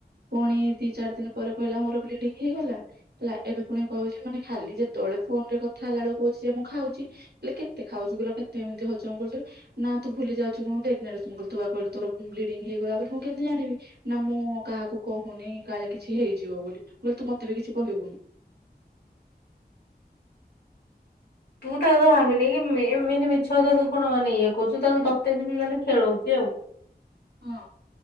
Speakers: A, on the right; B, on the left.
A: ପୁଣି ଦି ଚାରି ଦିନ ପରେ କହିଲା ମୋର ବ୍ଲିଡିଙ୍ଗ ହେଇଗଲା। ହେଲା ଏବେ ପୁଣି କହୁଛି ମାନେ ଖାଲି ଯେତେବେଳେ ଫୋନ ରେ କଥା ହେଲା ବେକୁ କହୁଛି ଯେ ମୁଁ ଖାଉଛି। ହେଲେ କେତେ ଖାଉଛୁ ବିଲ କେତେ ଏମିତି ହଜମ କରୁଛୁ। ନା ତୁ ଭୁଲି ଯାଉୁଁ ପ୍ରେଗନଣ୍ଟ ଅଛି କୁ କହିଲ ତୋର ବ୍ଲିଡିଙ୍ଗ ହେଇଗଲା ପରେ ମୁଁ କେମିତି ଜାନିବି। ନା ମୁଁ କାହାକୁ କହୁନି କାଳେ କିଛି ହେଇଯିବ ବୋଲି ବୋ ତୁ ମତେ ବି କିଛି କହିବୁନି।
B: ତୁ ତାକୁ ତ ଭାବିନି କି ଏମିତି ମିଛ କଥାକୁ କଣ ମାନେ ଇଏ କରୁ ତାହେଲେ ତତେ ଦ ମାନେ ଖେଳଉଛି ଆଉ।
A: ହଁ